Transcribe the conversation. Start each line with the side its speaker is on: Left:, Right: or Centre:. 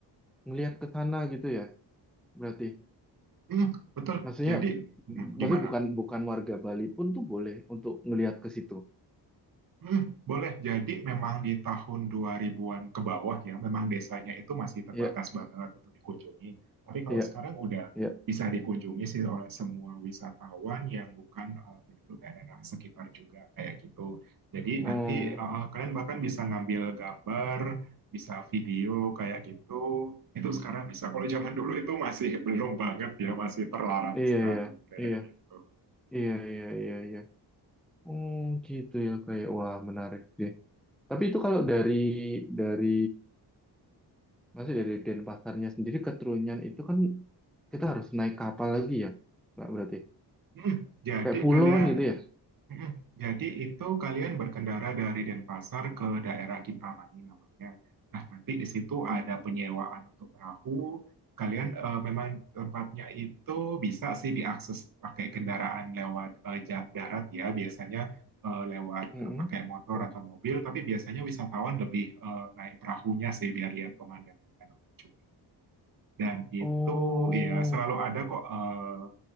Centre: ngelihat ke sana gitu ya. Berarti
Right: Hmm, betul.
Centre: maksudnya
Right: Jadi hmm,
Centre: maksudnya
Right: gimana
Centre: bukan bukan warga Bali pun tuh boleh untuk ngelihat ke situ.
Right: Mhm, boleh. Jadi memang di tahun 2000-an ke bawah ya, memang desanya itu masih terbatas
Centre: Iya,
Right: banget untuk dikunjungi. Tapi kalau
Centre: iya,
Right: sekarang udah
Centre: iya.
Right: bisa dikunjungi sih oleh semua wisatawan yang bukan eh, penduduk daerah sekitar juga kayak gitu. Jadi
Centre: Oh,
Right: nanti eh, kalian bahkan bisa ngambil gambar, bisa video kayak gitu. Itu sekarang bisa. Kalau zaman dulu itu masih <laughs> belum banget ya, masih terlarang
Centre: iya
Right: sekali
Centre: iya.
Right: kayak
Centre: Iya,
Right: gitu.
Centre: iya iya iya iya. Oh, gitu ya kayak wah menarik sih. Tapi itu kalau dari dari masih dari Denpasarnya sendiri ke Trunyan itu kan kita harus naik kapal lagi ya, nggak berarti
Right: Mhm, Jadi
Centre: kayak pulau
Right: kalian
Centre: kan gitu ya?
Right: Mm-mm. Jadi itu kalian berkendara dari Denpasar ke daerah Kintamani namanya. Nah, nanti di situ ada penyewaan untuk perahu. Kalian eh, memang tempatnya itu bisa sih diakses pakai kendaraan lewat eh, jalan darat ya, biasanya eh, lewat
Centre: Mm-mm.
Right: eh, pakai motor
Centre: Oh,
Right: atau mobil, tapi biasanya wisatawan lebih eh, naik perahunya sih biar lihat pemandangan danau juga. Dan itu
Centre: oh,
Right: ya selalu ada kok eh,